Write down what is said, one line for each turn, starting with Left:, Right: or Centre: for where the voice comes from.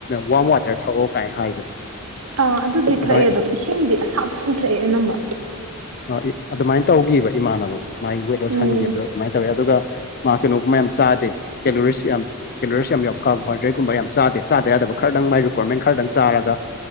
Left: ꯋꯥꯔꯝ ꯋꯥꯇꯔ ꯊꯛꯑꯣ ꯀꯥꯏꯅ ꯍꯥꯏꯕꯅꯦ
Right: ꯑꯥ ꯑꯗꯨꯗꯤ
Left: ꯑꯗꯨꯃꯥꯏꯅ
Right: ꯊꯛꯑꯦ ꯑꯗꯨꯝ ꯏꯁꯤꯡꯗꯤ ꯑꯁꯥꯕꯁꯨꯨꯝ ꯊꯛꯑꯦ ꯑꯅꯝꯕ
Left: ꯑ ꯑꯗꯨꯃꯥꯏꯅ ꯇꯧꯈꯤꯕ ꯏꯃꯥꯟꯅꯕꯗꯣ ꯃꯒꯤ ꯋꯦꯠ ꯂꯣꯁ
Right: ꯎꯝ
Left: ꯍꯟꯈꯤꯕꯗꯣ ꯑꯗꯨꯃꯥꯏꯅ ꯇꯧꯋꯦ ꯑꯗꯨꯒ ꯃꯥ ꯀꯩꯅꯣꯒꯨꯝꯕ ꯌꯥꯝ ꯆꯥꯗꯦ ꯀꯦꯂꯣꯔꯤ ꯌꯥꯝ ꯀꯤꯂꯔꯁ ꯌꯥꯝ ꯀꯥꯎꯕ ꯍꯗ꯭ꯔꯩꯒꯨꯝꯕ ꯌꯥꯝ ꯆꯥꯗꯦ ꯆꯥꯗ ꯌꯥꯗꯕ ꯈꯔꯗꯪ ꯃꯥꯏ ꯀ꯭ꯋꯥꯔꯃꯦꯟ ꯈꯔꯗꯪ ꯆꯥꯔꯒ